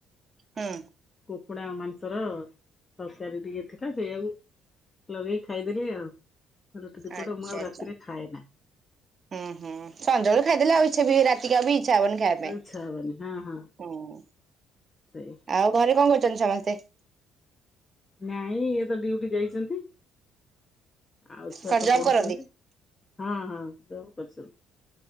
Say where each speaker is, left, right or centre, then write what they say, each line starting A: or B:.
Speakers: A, on the right (about 45°); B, on the left (about 30°).
A: ହୁଁ
B: କୁକୁଡ଼ା ମାନ ର ତରକାରୀ ଟିକେ ଥିଲା ସେଇଆାକୁ ଲଗେଇକି ଖାଇଦେଲେ ଆଉ ରୁଟି ଦିପଟ
A: ଆଚ୍ଛା
B: ମୁଁ ଆଉ
A: ଆଚ୍ଛା
B: ରାତିରେ ଖାଏ ନା
A: ହୁଁ ହୁଁ ସଞ୍ାବେଳୁ ଖାଇଦେଲେ ଆଉ ଇଛା ବି ରାତିକି ଆଉ ବି ଇଚ୍ଛା ହବନି ଖାଇବା
B: ଇଚ୍ଛା
A: ପାଇଁ
B: ହବନି ହଁ ହଁ
A: ହୁଁ
B: ସେଇ
A: ଆଉ ଘରେ କଣ କରୁଛନ୍ତି ସମସ୍ତେ
B: ନାଇଁ ଇଏ ତ ଡ୍ୟୁଟି ଯାଇଛନ୍ତି ଆଉ ଛୁଆ
A: କଣ
B: ତ
A: ଜବ୍
B: ପଢୁଛନ୍ତି
A: କରନ୍ତି?
B: ହଁ ହଁ ଜବ କରିଛନ୍ତି